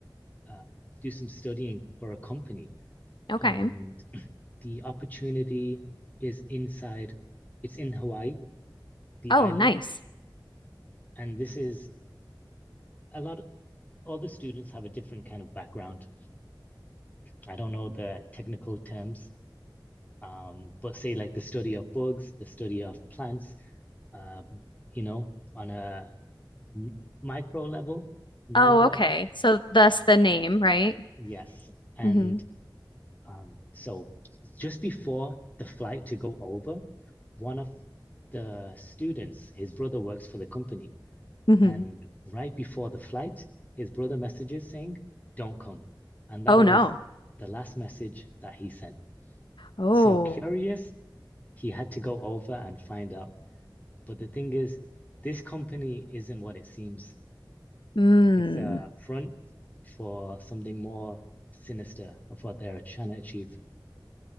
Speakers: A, on the left (about 20°); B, on the left (about 75°).
A: uh, do some studying for a company.
B: Okay.
A: And <clears throat> the opportunity is inside, it's in Hawaii, the
B: Oh,
A: island,
B: nice.
A: and this is a lot all the students have a different kind of background. I don't know the technical terms, um, but say like the study of bugs, the study of plants, um, you know, on a m- micro level, nano
B: Oh,
A: level.
B: okay. So thus the name, right?
A: Yes. And
B: hmm
A: um, so just before the flight to go over, one of the students, his brother works for the company.
B: hmm
A: And right before the flight, his brother messages saying, don't come. And that
B: Oh
A: was
B: no.
A: the last message that he sent.
B: Oh.
A: So curious He had to go over and find out. But the thing is, this company isn't what it seems.
B: Mm.
A: It's a front for something more sinister of what they're trying to achieve.